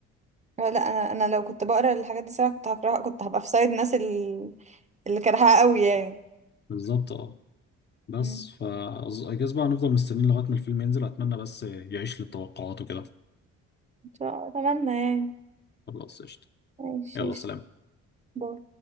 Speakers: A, on the right; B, on the left.
A: لا انا انا لو كنت بقرا الحاجات دي ساعة كنت هكرهها كنت هبقى في سايد ناس ال- اللي كرهها قوي يعني
B: بالظبط أه بس
A: مم.
B: فا I guess بقى هنفضل مستنيين لغاية ما الفيلم ينزل أتمنى بس يعيش للتوقعات وكده
A: ان شاء الله اتمنى يعني
B: خلاص قشطة
A: ماشي
B: يلا سلام
A: باي